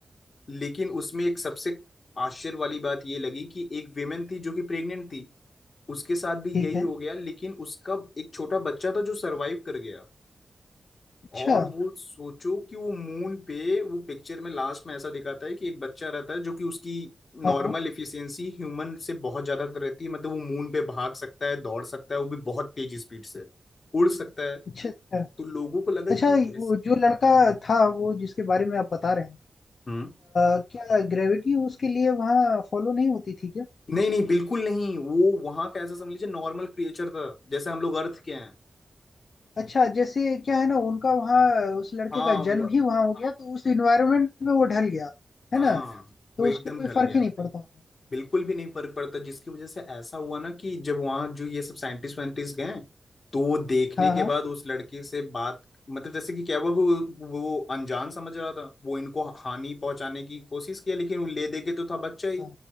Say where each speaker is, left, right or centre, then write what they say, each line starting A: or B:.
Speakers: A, on the left (about 45°); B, on the left (about 65°).
A: लेकिन उसमें एक सबसे आश्चर्य वाली बात ये लगी कि एक विमेन थी जो कि प्रेग्नेंट थी उसके साथ भी
B: ठीक
A: यही
B: है
A: हो गया लेकिन उसका एक छोटा बच्चा था जो सरवाइव कर गया
B: अच्छा
A: और वो सोचो कि वो मून पे वो पिक्चर में लास्ट में ऐसा दिखाता है कि एक बच्चा रहता है जो कि उसकी
B: हाँ
A: नॉर्मल
B: हाँ
A: इफिशियंसी ह्यूमन से बहुत ज्यादा रहती है मतलब वो मून पे भाग सकता है दौड़ सकता है वो भी बहुत तेज स्पीड से उड़ सकता है
B: अच्छा अच्छा
A: तो लोगों को लगा ये
B: अच्छा
A: कैसे
B: वो जो लड़का था वो जिसके बारे में आप बता रहे हैं
A: हम्म
B: अ, क्या ग्रेविटी उसके लिए वहाँ फॉलो नहीं होती थी क्या
A: नहीं नहीं बिल्कुल नहीं वो वहां का ऐसा समझ लीजिए नॉर्मल क्रिएचर था जैसे हम लोग अर्थ के हैं
B: अच्छा जैसे क्या है ना उनका वहाँ उस लड़के
A: हाँ
B: का जन्म
A: वो
B: ही वहाँ हो गया तो उस इन्वायरमेंट में वो ढल गया है
A: हाँ
B: ना तो
A: वो एकदम
B: उसको कोई
A: ढल
B: फर्क
A: गया
B: ही नहीं पड़ता होगा
A: बिल्कुल भी नहीं फर्क पड़ता जिसकी वजह से ऐसा हुआ ना कि जब वहां जो ये सब साइंटिस्ट वाइंटिस्ट गए तो वो देखने
B: हाँ
A: के
B: हाँ
A: बाद उस लड़के से बात मतलब जैसे कि क्या हुआ कि वो वो अनजान समझ रहा था वो इनको हानि पहुंचाने की कोशिश किया लेकिन वो ले दे के तो था बच्चा ही
B: हाँ